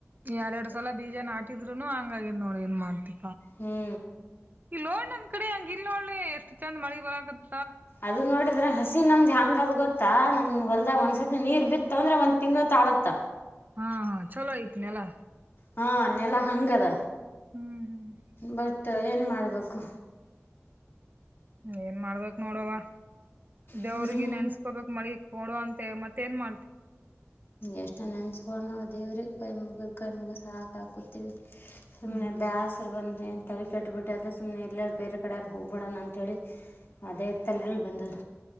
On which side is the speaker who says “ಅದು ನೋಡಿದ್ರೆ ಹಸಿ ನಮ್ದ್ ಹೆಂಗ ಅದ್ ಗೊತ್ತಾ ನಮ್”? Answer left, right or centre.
Left